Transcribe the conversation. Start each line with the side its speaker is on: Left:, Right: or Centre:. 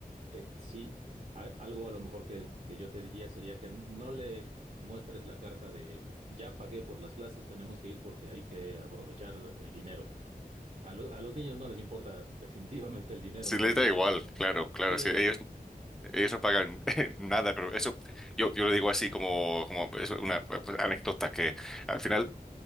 Right: eh, sí, a- algo a lo mejor que, que yo te diría sería que n- no le muestres la carta de ya pagué por las clases, tenemos que ir porque hay que aprovechar el dinero. A, lo- a los niños no les importa <laughs> definitivamente el dinero,
Centre: Sí,
Right: entonces
Centre: les da igual, claro, claro,
Right: sí,
Centre: sí, ellos, ellos no pagan <laughs> nada, pero eso yo, yo lo digo así como, como es una pues, anécdota que, al final